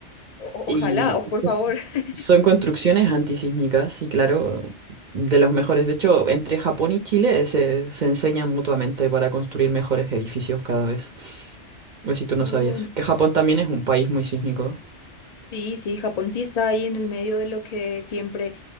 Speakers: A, on the left; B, on the right.
A: O-
B: Y
A: ojalá, o por
B: pues,
A: favor. <laughs>
B: son construcciones antisísmicas y claro, de los mejores. De hecho, entre Japón y Chile se, se enseñan mutuamente para construir mejores edificios cada vez. Pues si tú no
A: Oh,
B: sabías. Que Japón también es un país muy sísmico.
A: Sí, sí, Japón sí está ahí en el medio de lo que siempre,